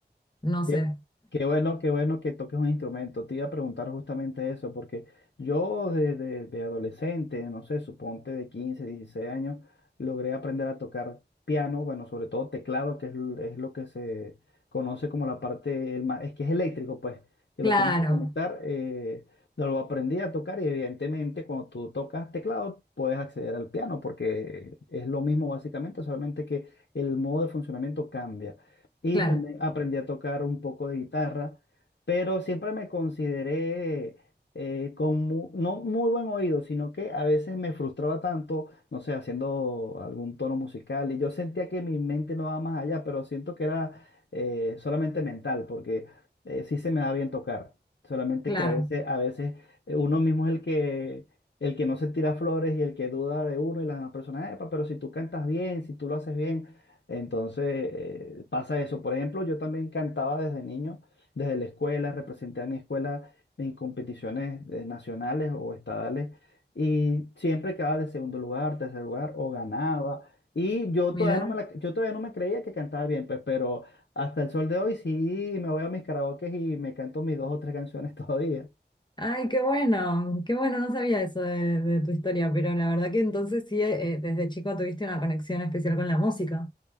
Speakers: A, on the left (about 25°); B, on the left (about 80°).
A: No
B: Qué,
A: sé.
B: qué bueno, qué bueno que toques un instrumento. Te iba a preguntar justamente eso, porque yo desde de adolescente, no sé, suponte de 15, 16 años, logré aprender a tocar piano, bueno, sobre todo teclado, que es, l- es lo que se conoce como la parte, el ma- es que es eléctrico, pues, que
A: Claro,
B: lo tienes que conectar. eh, lo aprendí a tocar y evidentemente cuando tú tocas teclado puedes acceder al piano, porque es lo mismo básicamente, solamente que el modo de funcionamiento cambia y
A: claro,
B: también aprendí a tocar un poco de guitarra, pero siempre me consideré eh, con mu- no muy buen oído, sino que a veces me frustraba tanto, no sé, haciendo algún tono musical y yo sentía que mi mente no daba más allá, pero siento que era eh, solamente mental, porque eh, sí se me da bien tocar, solamente
A: claro.
B: que a veces, a veces eh, uno mismo es el que... El que no se tira flores y el que duda de uno y las demás personas, "Epa, pero si tú cantas bien, si tú lo haces bien, entonces, eh, pasa eso. Por ejemplo, yo también cantaba desde niño, desde la escuela, representé a mi escuela en competiciones eh, nacionales o estadales y siempre quedaba de segundo lugar, tercer lugar o ganaba. Y yo
A: Mira,
B: todavía no me la- yo todavía no me creía que cantaba bien, pues, pero hasta el sol de hoy sí me voy a mis karaokes y me canto mis dos o tres canciones <laughs> todavía.
A: ay, qué bueno, qué bueno, no sabía eso de, de tu historia, pero la verdad que entonces sí, eh, eh, desde chico tuviste una conexión especial con la música.